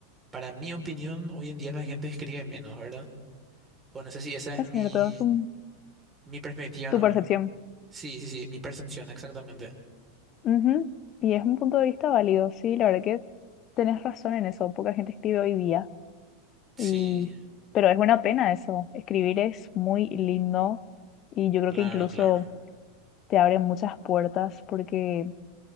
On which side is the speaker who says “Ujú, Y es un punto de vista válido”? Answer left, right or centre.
Left